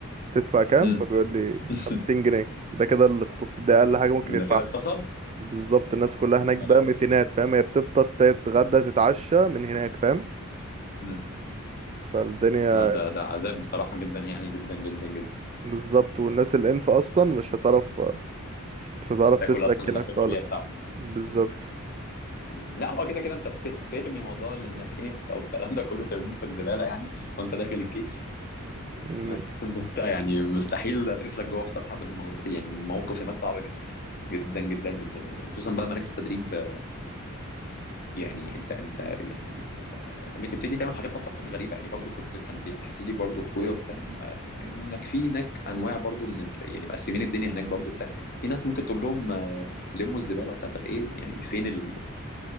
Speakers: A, on the right (about 30°); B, on the left (about 45°).
A: بتدفع كام
B: إمم،
A: فبيقول لي
B: <laughs>
A: 50 جنيه ده كده الاقتصاد ده اقل حاجه ممكن
B: ده
A: يدفعها
B: كده اغتصب؟
A: بالظبط الناس كلها هناك
B: يا
A: بقى
B: لهوي!
A: متينات فاهم هي بتفطر تتغدى تتعشى من هناك فاهم
B: إمم،
A: فالدنيا
B: لأ ده ده عذاب بصراحة جدًا يعني جدًا، جدًا، جدًا،
A: بالظبط والناس الانف اصلا مش هتعرف مش هتعرف
B: تاكل
A: تسلك
B: أصلًا
A: هناك
B: الأكل
A: خالص
B: الطبيعي بتاعهم،
A: بالظبط
B: إمم، لأ هو كده، كده أنت ت ترمي موضوع لإنك أنف أو الكلام ده كله ترميه في الزبالة يعني وأنت داخل الجيش
A: مم.
B: <laughs> إن أنت يعني مستحيل هتسلك جوه بصراحة بالمناظ يعني المواقف هناك صعبة جدًا، جدًا، جدًا، جدًا يعني، وخصوصًا بقى مراكز تدريب آه، يعني أنت أنت يعني بتبتدي تعمل حاجات اصلا غريبه يعني برضو كنت كان بيحكي لي برضو اخويا وبتاع إنه- انك في هناك انواع برضو من ال... يعني مقسمين الدنيا هناك برضو بتاع في ناس ممكن تقول لهم آه، لموا الزباله وبتاع طب ايه يعني فين ال...